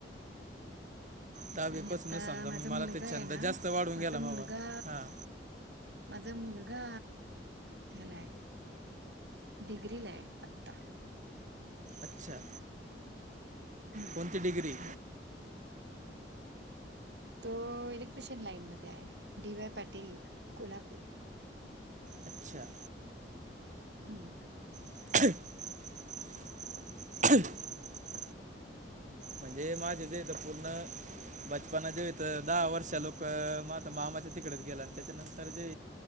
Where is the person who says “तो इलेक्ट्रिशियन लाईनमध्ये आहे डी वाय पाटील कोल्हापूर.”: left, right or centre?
Right